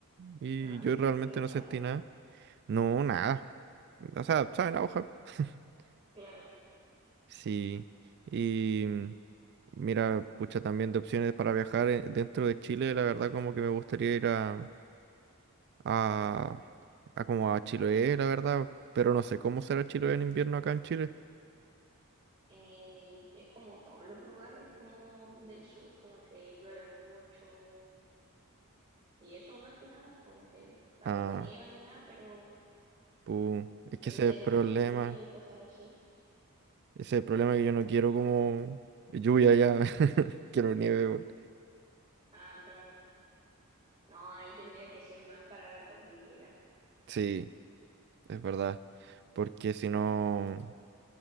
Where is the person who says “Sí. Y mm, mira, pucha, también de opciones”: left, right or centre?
Right